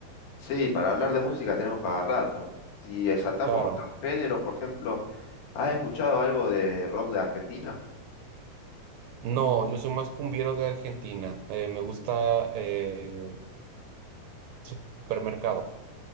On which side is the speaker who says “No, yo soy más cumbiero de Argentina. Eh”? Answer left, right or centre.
Right